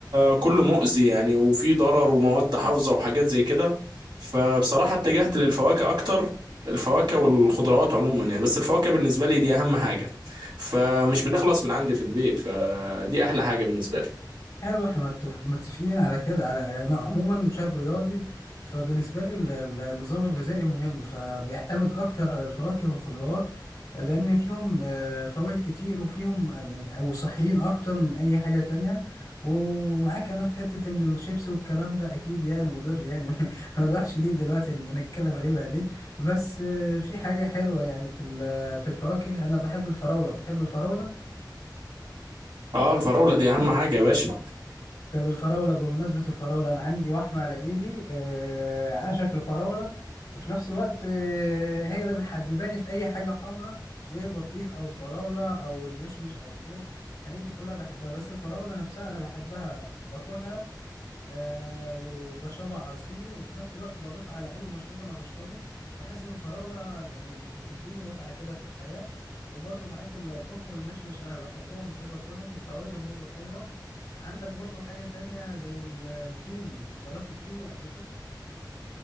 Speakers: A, on the right (about 75°); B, on the left (about 60°).
A: كله مؤذي يعني وفيه ضرر ومواد حافظة وحاجات زي كده فبصراحة اتجهت للفواكه أكتر الفواكه والخضروات عموما يعني بس الفواكه بالنسبة لي دي أهم حاجة فمش بتخلص من عندي في البيت فدي أحلى حاجة بالنسبة لي
B: حلو احنا متف- متفقين على كده على يعني انا عموما شاب رياضي فبالنسبه لي ال- ال- النظام الغذائي مهم فبيعتمد اكتر على الفواكه والخضروات لان فيهم آه، فوائد كتير وفيهم آه، يعني او صحيين اكتر من اي حاجه تانية ومعاك انا في حته ان الشيبس والكلام ده اكيد يعني مضر يعني <laughs> ما نروحش ليه دلوقتي نبقى نتكلم عليه بعدين بس آه، في حاجه حلوه يعني في ال- في الفواكه انا بحب الفراوله بتحب الفراوله
A: اه الفراولة دي أهم حاجة يا باشا
B: طب الفراولة بمناسبة الفراولة أنا عندي وحمة على إيدي آه على شكل فراولة وفي نفس الوقت آه هي اللي بتحبباني في أي حاجة حمراء زي البطيخ أو الفراولة أو المشمش أو الخوخ الحاجات دي كلها بحبها بس الفراولة نفسها أنا بحبها باكلها آه وبشربها عصير وفي نفس الوقت بضيف على اي مشروب انا بشربه بحس ان الفراولة يعني بتديني متعة كده في الحياة وبرضو معاك ال- الخوخ والمشمش انا بحبهم وبحب اكلهم وفوائدهم برضو حلوة عندك برضو حاجة تانية زي ال- الكيوي جربت الكيوي قبل كده